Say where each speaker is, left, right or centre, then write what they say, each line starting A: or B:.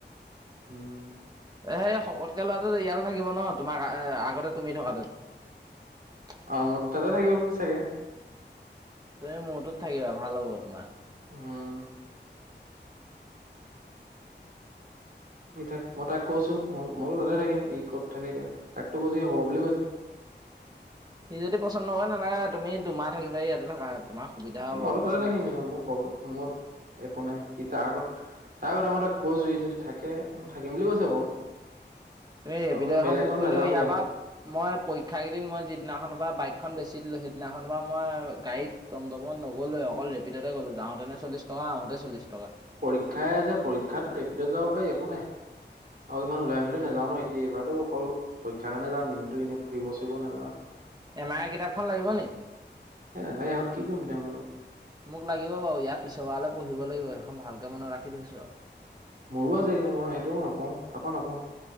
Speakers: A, on the right; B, on the right.
A: উম।
B: এ শকতকে ল'ৰাটো ইয়াতে থাকিব ন? তোমাক আগতে তুমি থকাটোত?
A: অ মোৰ তাতে থাকিব চাগে
B: তুমি মূৰটোত থাকিবা ভাল হ'ব তোমাৰ।
A: উম। সে তাক মই তাক কৈছো ম মইটো তাতে থাকিম ই ক'ত থাকে এতিয়া, তাকতো কৈছো হ'ব বুলি কৈছে। <inaudible>
B: সি যদি পচন্দ কৰে নহলে তুমি দুমাহ থাকিবা ইয়াতে থাকা। তোমাৰ সুবিধা হ'ব
A: উম বাৰু
B: গম
A: তাতে
B: পাইছা
A: থাকিম
B: নাই
A: ন <inaudible> মোৰ মত একো নাই সি তাৰ আগত তাৰ কথা মতে কৈছো ই যদি থাকে, থাকিম বুলি কৈছে বাৰু।
B: তুমি
A: আৰু
B: ৰেপিডৰ
A: মানে
B: এখন
A: বেলেগত
B: বুক কৰিলোৱা
A: নাযাওঁগে
B: ইয়াৰ
A: আও।
B: পৰা মই পৰীক্ষা কেইদিন মই যিদিনাখনৰ পৰা- বাইকখন বেছি দিলোঁ সেইদিনাখন পা মই গাড়ীত টমটমত নগলুৱে অকল ৰেপিডতে গ'লোঁ যাওঁতেনে চলি টকা আহোতে চল্লিশ
A: পৰীক্ষাই আছে পৰীক্ষাত ৰেপিডত যাব পাৰি একো নাই। অ ইমান ওলাই মেলি নাযাও ন এতিয়া এইবাৰো অকল পৰীক্ষাৰ কাৰণে যাম এনেতো এনেই ফুৰিব চুৰিব নাযাওঁ।
B: এমাই কিতাপখন লাগিব নি
A: এ নালাগে এখন কি কৰিম এতিয়া বোলো
B: মোক লাগিব বাও ইয়াৰ পিছবাৰলে পঢ়িব লাগিব আৰু খন ভালকে মনত ৰাখি থৈছো আউ
A: মৰুা যায় কিনে মই সেইটোও নাপাওঁ তাপা নাপাওঁ।